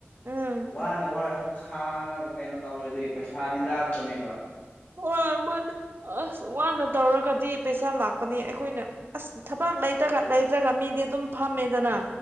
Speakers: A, on the right; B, on the left.
A: ꯎꯝ
B: ꯋꯥꯅ ꯋꯥꯔꯁꯨ ꯈꯥꯡꯉꯒ ꯀꯩꯅꯣ ꯇꯧꯔꯗꯤ ꯄꯩꯁꯥꯗꯤ ꯂꯥꯛꯄꯅꯦꯕ
A: ꯍꯣꯏ ꯃꯥꯅꯤ ꯑꯁ ꯋꯥꯅ ꯇꯧꯔꯒꯗꯤ ꯄꯩꯁꯥ ꯂꯥꯛꯄꯅꯦ ꯑꯩꯈꯣꯏꯅ ꯑꯁ ꯊꯕꯛ ꯂꯩꯇꯒ ꯂꯩꯇ꯭ꯔꯒ ꯃꯤꯗꯤ ꯑꯗꯨꯝ ꯐꯝꯃꯦꯗꯅ